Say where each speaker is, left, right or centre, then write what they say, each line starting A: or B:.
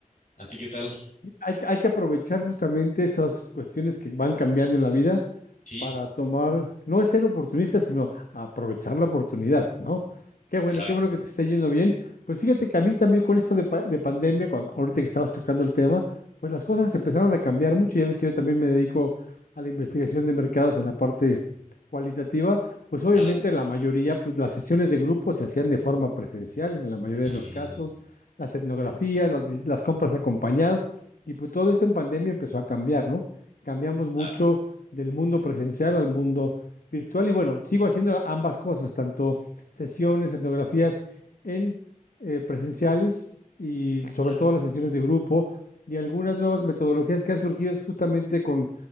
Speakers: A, on the left; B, on the left.
A: ¿A ti qué tal?
B: Sí, hay, que- hay que aprovechar justamente esas cuestiones que van cambiando en la vida
A: Sí.
B: para tomar, no es ser oportunista, sino aprovechar la oportunidad, ¿no? Qué
A: Exacto,
B: bueno, qué bueno que te esté yendo bien. Pues fíjate que a mí también con esto de, pa- de pandemia, cuando, ahorita que estabas tocando el tema, pues las cosas empezaron a cambiar mucho. Ya ves que yo también me dedico a la investigación de mercados en la parte cualitativa, pues obviamente
A: claro,
B: la mayoría, pues las sesiones de grupo se hacían de forma presencial en la mayoría
A: sí,
B: de los casos, las etnografías, las, vis- las compras acompañadas, y pues todo esto en pandemia empezó a cambiar, ¿no? Cambiamos mucho
A: ah,
B: del mundo presencial al mundo virtual. Y bueno, sigo haciendo ambas cosas, tanto sesiones, etnografías en eh, presenciales y sobre
A: ah,
B: todo las sesiones de grupo y algunas nuevas metodologías que han surgido justamente con,